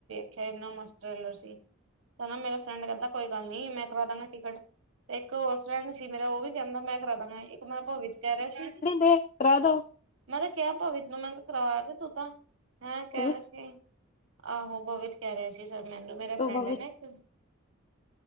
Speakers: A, on the right; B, on the left.
A: ਖੈ ਐਨਾ ਮਸਤ ਟਰੇਲਰ ਸੀ, ਕੈਂਦਾ ਮੇਰਾ ਫਰੈਂਡ ਕੈਂਦਾ ਕੋਈ ਗੱਲ ਨੀ ਮੈਂ ਕਰਾਦਾਂਗਾ ਟਿਕਟ। ਤੇ ਇੱਕ ਹੋਰ ਫਰੈਂਡ ਸੀ ਮੇਰਾ ਓ ਵੀ ਕੈਂਦਾ ਮੈਂ ਕਰਾਦਾਂਗਾ ਇੱਕ ਮੇਰਾ ਭਵਿਤ ਕੈ ਰਿਆ ਸੀ।
B: ਤੇ ਕਰਾ ਦੋ।
A: ਮੈਂ ਕਿਹਾ ਕਿਆ ਭਵਿਤ ਨੂੰ ਮੈਂ ਕਿਆ ਕਰਵਾਦੇ ਤੂੰ ਤਾਂ, ਹੈਂ ਕੈ
B: ਭਵਿਤ
A: ਰਿਆ ਸੀ ਆਹੋ ਬਵਿਤ ਕੈ ਰਿਆ ਸੀ ਨਾ ਸਾਨੂੰ ਮੇਰਾ
B: ਤੂੰ
A: ਫਰੈਂਡ
B: ਭਵਿਤ
A: ਐ ਨਾ ਇੱਕ।